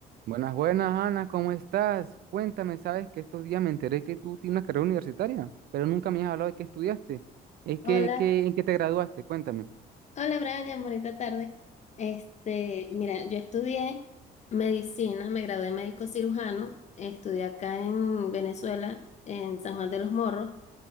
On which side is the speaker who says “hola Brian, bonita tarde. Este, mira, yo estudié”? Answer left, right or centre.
Left